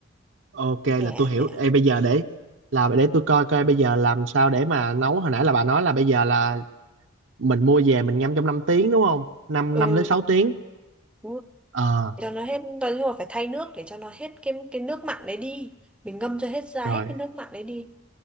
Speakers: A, on the right; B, in the centre.
A: Ok là
B: rẻ
A: tôi hiểu.
B: rẻ
A: Ê, bây giờ để là để tôi coi coi bây giờ làm sao để mà nấu hồi nãy là bà nói là bây giờ là mình mua về mình ngâm trong 5 tiếng đúng không? năm
B: ừ
A: 5 đến 6 tiếng.
B: đúng rồi.
A: Ờ
B: Để cho nó hết nói chung là phải thay nước để cho nó hết cái cái nước mặn đấy đi mình ngâm cho hết ra
A: rồi,
B: hết cái nước mặn đấy đi